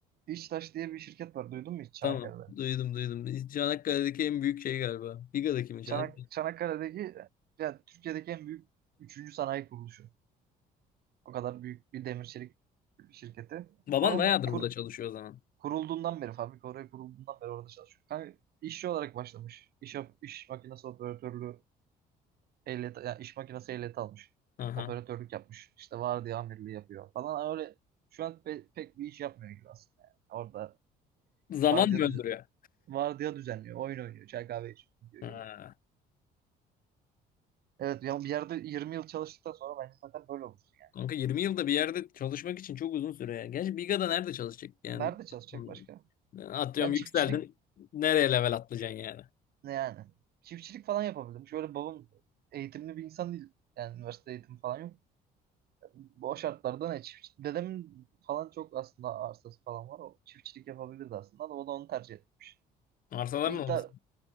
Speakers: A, on the right; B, on the left.
A: İçtaş diye bir şirket var. Duydun mu hiç Çanakkale'de?
B: Tamam. Duydum duydum. Çanakkale'deki en büyük şey galiba. Biga'daki mi? Çanakkale.
A: Çanak, Çanakkale'deki yani Türkiye'deki en büyük üçüncü sanayi kuruluşu. O kadar büyük bir demir çelik şirketi.
B: Baban
A: Babam
B: bayağıdır
A: kur,
B: burada çalışıyor o zaman.
A: kurulduğundan beri fabrika oraya kurulduğundan beri orada çalışıyor. Kanka işçi olarak başlamış. İş, iş makinesi operatörlüğü ehliyeti, yani iş makinesi ehliyeti almış.
B: Aha.
A: Operatörlük yapmış. İşte vardiya amirliği yapıyor falan. Öyle şu an pe- pek bir iş yapmıyor gibi aslında. Yani. Orada
B: Zaman
A: vardiya
B: mı öldürüyor?
A: düz vardiya düzenliyor. Oyun oynuyor. Çay kahve içiyor. Gidiyor
B: Ha.
A: geliyor. Evet ya bir yerde 20 yıl çalıştıktan sonra bence zaten böyle olursun yani.
B: Kanka 20 yılda bir yerde çalışmak için çok uzun süre ya. Gerçi Biga'da nerede çalışacak yani?
A: Nerede çalışacak
B: Hmm.
A: başka?
B: Atıyorum
A: Yani çiftçilik
B: yükseldin. Nereye level atlayacaksın yani?
A: ne yani? Çiftçilik falan yapabilirim. Şöyle babam eğitimli bir insan değil. Yani üniversite eğitimi falan yok. Bu o şartlarda ne çiftçilik? Dedemin falan çok aslında arsası falan var. O çiftçilik yapabilirdi aslında da o da onu tercih etmiş.
B: Arsalar
A: Bir iddia
B: ne oldu?